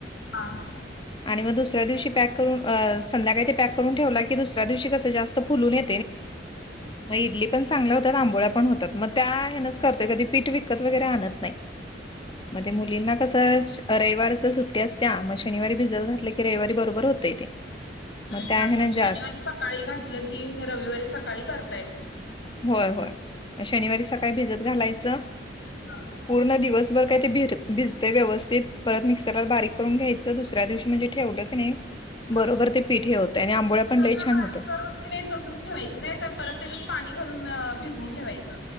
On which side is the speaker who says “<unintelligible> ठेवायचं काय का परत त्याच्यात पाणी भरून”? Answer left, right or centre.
Left